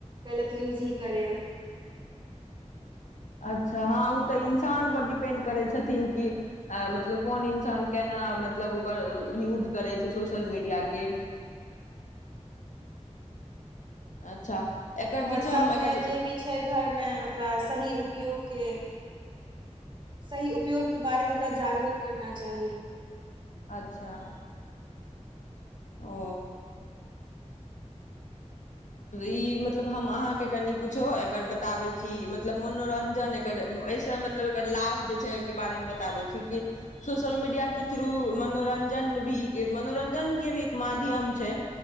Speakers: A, on the right (about 40°); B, on the left (about 90°).
A: गलत यूज ही करे
B: <inaudible> अच्छा हाँ उ तऽ इन्सान पर डिपेंड करै छथिन कि मतलब कोन इन्सान केना हाँ मतलब ओकर युज करय छै सोसल मिडिया के अच्छा एकर जे
A: आओर
B: छै
A: सबके
B: हम एकर
A: जे भी छै घरमे ओकरा सही उपयोग के सही उपयोगके बारेमे ओकरा जागरूक करना चाही
B: अच्छा ओ ई मतलब हम अहाँके कनि कुछो एकर बताबै छी मतलब मनोरंजन एकर ऐसे मतलब एकर लाभ जे छै ओइके बारे मे छी की सोशलमीडिया के थ्रू मनोरंजन रञजन भी मनोरञजन के भी एक माध्यम छै